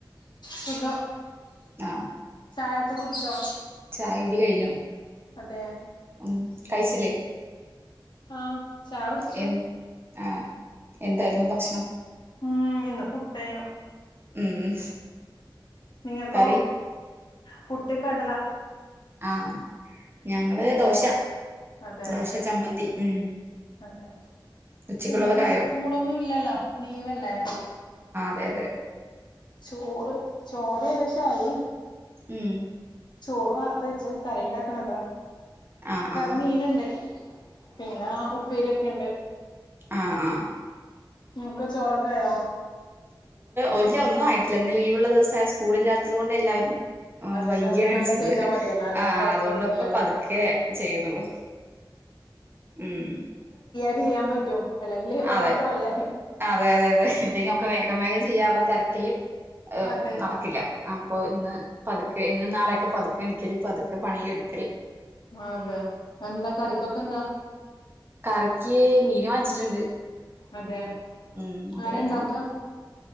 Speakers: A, on the left; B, on the right.
A: സുഖം
B: ആ
A: ചായോക്കാ കുടിച്ചോ
B: ചായ കുടി കഴിഞ്ഞു
A: അതെ
B: ഉം കഴിച്ചില്ലേ
A: ആഹ് ചായ കുടിച്ചു
B: എൻ ആഹ് എന്തായിരുന്നു ഭക്ഷണം
A: ഉം ഇന്ന് പുട്ടേനു
B: ഉം
A: നിങ്ങക്കോ
B: കറി
A: പുട്ടും കടല
B: ആഹ് ഞങ്ങള് ദോശ
A: അതെ
B: ദോശ ചമ്മന്തി ഉം
A: അതെ
B: ഉച്ചക്കുള്ളതൊക്കെ
A: ഇന്നിനി
B: ആയോ
A: സ്കൂളൊന്നും ഇല്ലല്ല ലീവല്ലേ
B: തെയതെ
A: ചോറ് ചോറ് ഏകദേശായി
B: ഉം
A: ചോറ് വാർത്ത് വെച്ചു കറി ഉണ്ടാക്കണതാ
B: ആ
A: കറി
B: ആ
A: മീന്ണ്ട് പിന്നെ ഉപ്പേരി ക്കെണ്ട്
B: ആഹ് ആഹ്
A: നിൻക്ക് ചോറൊക്കായോ
B: ഒല്ല ഒന്നുംആയിട്ടില്ല ഇന്ന് ലീവ്ള്ള ദിവസായ സ്കൂളില്ലാത്തത് കൊണ്ട് എല്ലാരും ആ
A: അതെ
B: വൈകിയാണ്
A: മെല്ലെ മെല്ലെ
B: അടിച്ചത്
A: ചെയ്താ മതിയല്ലോ അല്ലെ
B: ആ ആ
A: തിരക്കൊന്നും
B: അതുകൊണ്ടൊക്കെ
A: ഇല്ലല്ലോ
B: പതുക്കെ ചെയ്യുന്നൊള്ളു ഉം
A: ന്ന് ചെയ്യാൻ പറ്റോ അല്ലെങ്കില്
B: അതെ
A: ഓട്ടോ അല്ലേ
B: അതെ അതെ അതെ ല്ലെങ്കിഒക്കെ വേഗം വഗം ചെയ്യാറുള്ള തെർക്കില് ഏ
A: അതെ
B: നടക്കില്ല അപ്പൊ ഇന്ന് പതുക്കെ ഇന്ന് നാളെയൊക്കെ പതുക്കെ എണിക്കല് പതുക്കെ പണിയൊരുക്കൽ
A: അതെ എന്താ കറിക്കൊക്കെ ന്താ
B: കറിക്ക് മീന് വാങ്ങിച്ചിട്ട്ണ്ട്
A: അതെ
B: ഉം അത്
A: ആരാ
B: വെക്കണം
A: ഇണ്ടാക്കാ